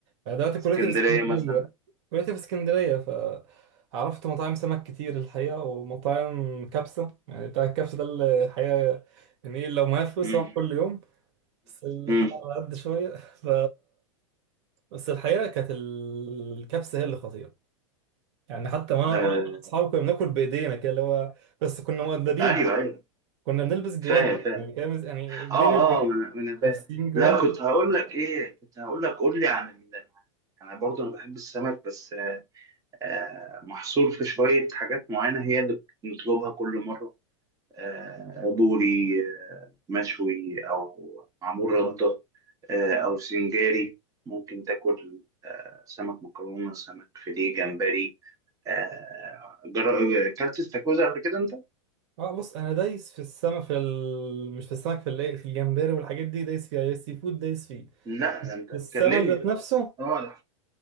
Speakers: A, on the right; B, on the right.
A: دلوقتي كليتي
B: اسكندريه
A: في اسكندريه
B: مثلا
A: كليتي في اسكندريه ف عرفت مطاعم سمك كتير الحقيقه ومطاعم كبسه يعني بتاع الكبسه ده اللي الحقيقه يعني إيه، لو معايا فلوس
B: مم.
A: هروح كل يوم بس الحلقه
B: مم.
A: على قد شويه <laughs> ف بس الحقيقه كانت الكبسه هي اللي خطيره يعني حتى وانا
B: آه
A: وانا مع اصحابي كنا بناكل بايدينا كده اللي هو بس كنا مؤدبين
B: ايوه ايوه
A: كنا بنلبس جوانتي
B: فاهم فاهم
A: يعني كده يعني بين
B: اه
A: البنين
B: اه انا أنا فاهم
A: لابسين جوانتي
B: لا كنت هقول لك ايه كنت هقول لك قول لي عن ال... يعني برضه انا بحب السمك بس آه آه، محصور في شويه حاجات معينه هي اللي بنطلبها كل مره آه بوري آه مشوي او معمول رده آه او سنجاري ممكن تاكل سمك مكرونه سمك فيليه جمبري آه جر... اكلت استاكوزا قبل كده انت؟
A: اه بص انا دايس في السمك في ال... مش في السمك في ال... في الجمبري والحاجات دي دايس فيها السي فود دايس فيه
B: لا ده انت
A: السمك
B: كلمني
A: ذات
B: بقى
A: نفسه
B: اه ده